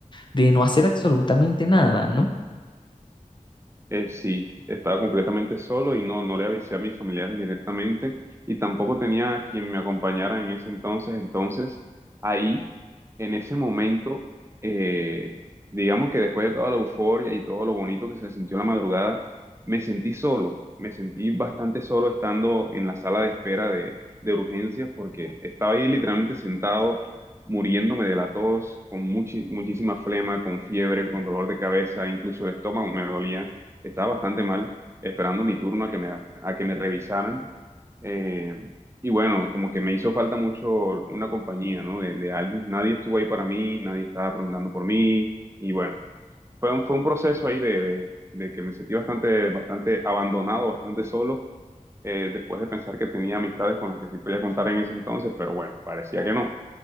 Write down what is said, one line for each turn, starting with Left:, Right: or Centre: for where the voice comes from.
Left: de no hacer absolutamente nada, ¿no?
Right: Eh, sí, estaba completamente solo y no, no le avisé a mis familiares directamente y tampoco tenía a quien me acompañara en ese entonces. Entonces, ahí, en ese momento, eh, digamos que después de toda la euforia y todo lo bonito que se sintió la madrugada, me sentí solo, me sentí bastante solo estando en la sala de espera de, de urgencias porque estaba ahí literalmente sentado, muriéndome de la tos, con muchi- muchísima flema, con fiebre, con dolor de cabeza, incluso el estómago me dolía. Estaba bastante mal esperando mi turno a que me, a que me revisaran. Eh, y bueno, como que me hizo falta mucho una compañía, ¿no? De, de alguien. Nadie estuvo ahí para mí, nadie estaba preguntando por mí. Y bueno, fue un, fue un proceso ahí de, de- de que me sentí bastante, bastante abandonado, bastante solo, eh, después de pensar que tenía amistades con las que sí podía contar en ese entonces, pero bueno, parecía que no.